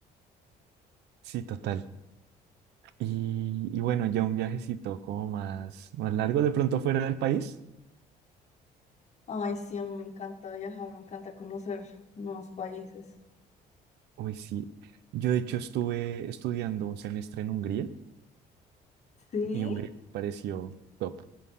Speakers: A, on the right; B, on the left.
A: sí, total. Y, y bueno, ya un viajecito como más, más largo, de pronto fuera del país.
B: ay, sí, a mí me encanta viajar, me encanta conocer nuevos países.
A: Uy, sí. Yo de hecho estuve estudiando un semestre en Hungría
B: Sí,
A: y Hungría me pareció top.